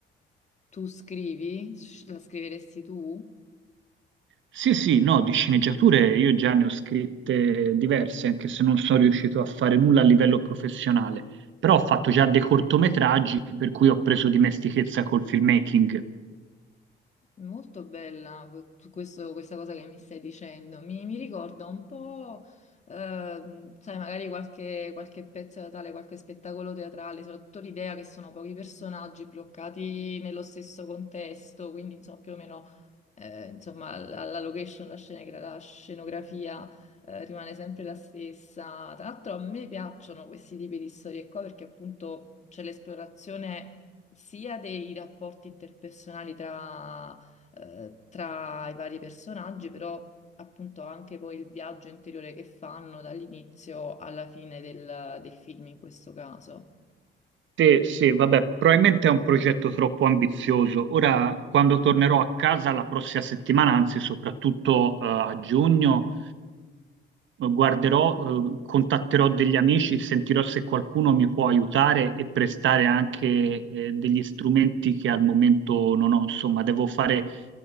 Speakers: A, on the left; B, on the right.
A: Tu scrivi? Sci- La scriveresti tu?
B: Sì, sì, no, di sceneggiature io già ne ho scritte diverse, anche se non sono riuscito a fare nulla a livello professionale, però ho fatto già dei cortometraggi per cui ho preso dimestichezza col filmmaking.
A: Molto bella que- tu- questo- questa cosa che mi stai dicendo. Mi, mi ricorda un po', ehm, sai, magari qualche, qualche pezzo teatrale, qualche spettacolo teatrale, soprattutto l'idea che sono pochi personaggi bloccati nello stesso contesto, quindi insomma più o meno eh, insomma, la, la location, la scenegra- la scenografia eh, rimane sempre la stessa. Tra l'altro a me piacciono questi tipi di storie qua perché appunto c'è l'esplorazione sia dei rapporti interpersonali tra, eh, tra i vari personaggi, però appunto anche poi il viaggio interiore che fanno dall'inizio alla fine del del film in questo caso.
B: Sì, sì, vabbè, probabilmente è un progetto troppo ambizioso. Ora, quando tornerò a casa la prossima settimana, anzi soprattutto eh, a giugno, Eh, guarderò, eh, contatterò degli amici, sentirò se qualcuno mi può aiutare e prestare anche eh, degli strumenti che al momento non ho. Insomma, devo fare